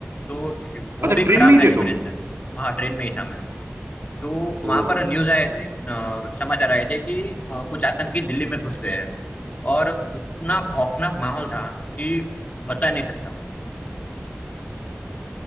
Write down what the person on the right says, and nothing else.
अच्छा
ट्रेन
में ही
थे तुम
ओ
भाई